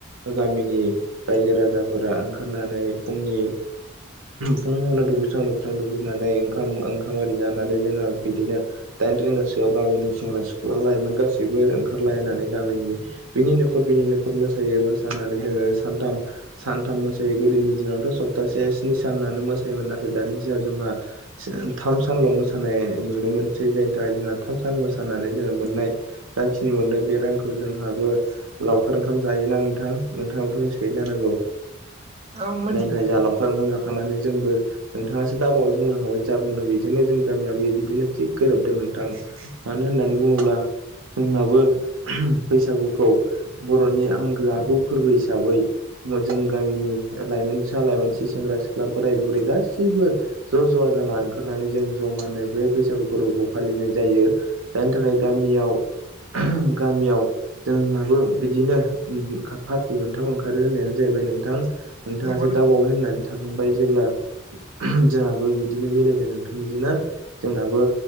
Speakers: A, on the right; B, on the right.
A: गामिनि रायजो राजाफोरा ओंखारनानै फुंनि फुावनो दुगैस्रां लोबस्रां दुगै ओंखाम आरि जानानै जोंहा बिदिनो दाइन रिंगासोआव गामिनि सेंग्रा सिख्ला लाइ गासिबो ओंखारलायनानै गामिनि बिनि न'खर बिनि न'खर मोसायो मोसानानै जोङो सथाम सानथाम मोसायो गोदोनि दिनावथ' सप्तासे स्नि सानानो मोसायोमोन नाथाय दानि दिनाव जोंहा थाम सानल' मोसानाय नुनो मोनसै जायनि थाखाय जोंहा थाम मोसानानै जोङो मोननाय जाखिनि मोनो बे रांखौ जोंहाबो लावखार ओंखाम जायोनानै नोंथां नोंथाङाथ' मिथिखायो जायनि
B: आं मोनथियो
A: थाखाय
B: नोंथां
A: जों लाखार ओंखाम जाखांनानै जोंबो नोंथाङासो दाबाव बुंलां हाबबाय जा बुंदों बेजोंनो जों गामियाबो बिदिनो थिग गोरोबदों नोंथां मानो होननानै बुङोब्ला जोंनाबो बैसागुखौ बर'नि आंगो आगु फोरबो हिसाबै जों गामिनि लाइमोनि लाइमोन सि सेंग्रा सिख्ला बोराय बुरै गासैबो ज' ज'वा जाना ओंखारनानै जों जमानो बे बैसागु फोरबोखौ फालिनाय जायो जायनि थाखाय गामि बेयाव गामियाव जोंनाबो बिदिनो पार्टि मोनथाम ओंखारो होननायानो जाहैबाय नों नोंथां नोंथाङासो
B: नंगौ
A: दाबावै होननानै थांखांबाय जेब्ला जोंहाबो बिदिनो मिलायदों नोंथां बिजोंनो जोंनाबो